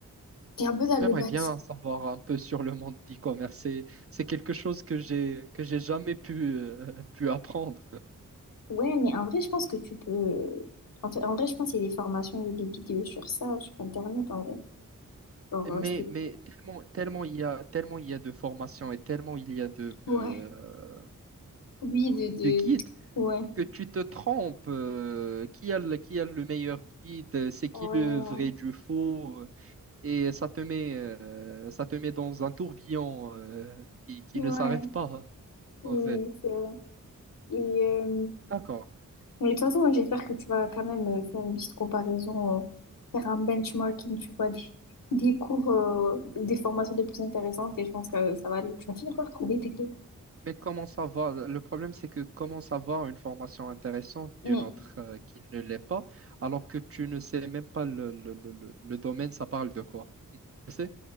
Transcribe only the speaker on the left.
T'es un peu dans le
bâtiment.
Ouais, mais en vrai, je pense que tu peux. En fait, en vrai, je pense qu'il y a des formations, il y a des vidéos sur ça, sur Internet, en vrai. Genre,
euh, c'est-
Ouais.
Oui, de, de...
de- Ouais.
Ouais.
Ouais.
Oui,
oui, c'est vrai. Et, euh,
mais de toute façon, j'espère que tu vas quand même euh, faire une petite comparaison, euh, faire un benchmarking, tu vois, des, des cours, euh, des formations les plus intéressantes et je pense que ça va aller. Tu vas finir
par trouver tes deux.
Mm.